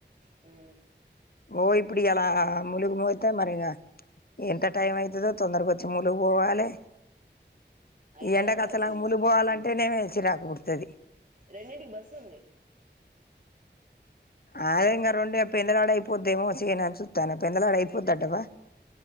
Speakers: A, on the right (about 45°); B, on the left (about 55°).
A: హు
B: ఓ ఇప్పుడు ఇయలా ములుగు పోతే మరి ఎంత టైం అయితదో తొందరక వచ్చి ములుగు పోవాలి.
A: అయితదంటావా
B: ఈ ఎండకచ్చలాగా
A: మినిమం
B: ములగు పోవాలంటేనే చిరాకపుడుతూ తది
A: రెండింటికి బస్సు ఉంది.
B: అదే ఇంగా రెండు పెందలాడ అయిపోద్దేమో చేయనుని చూస్తాను పెందలాడ అయిపోద్దటవా